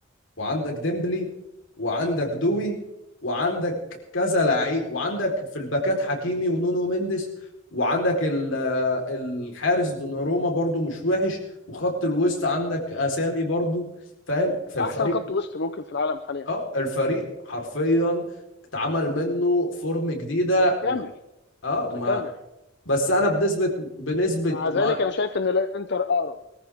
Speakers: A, on the left; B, on the left.
A: وعندك ديمبلي وعندك دوي وعندك كذا لعيب وعندك في الباكات حكيمي ونونو مينديس وعندك ال- آه، الحارس دوناروما برضو مش وحش وخط الوسط عندك اسامي برضو فاهم فالفريق
B: احسن خط وسط ممكن في العالم حاليا
A: اه الفريق حرفيا اتعمل منه فورم جديده
B: متكامل
A: ما- اه
B: متكامل
A: ما بس انا بنسبه بنسبه
B: مع ذلك
A: ما
B: انا شايف ان الانتر اقرب